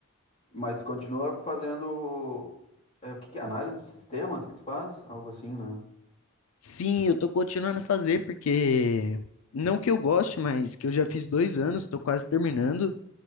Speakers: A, on the left; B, on the left.
A: Mas tu continua fazendo. É, o que que é? Análise de sistemas que tu faz? Algo assim, né?
B: Sim, eu tô continuando a fazer, porque não que eu goste, mas que eu já fiz dois anos, tô quase terminando,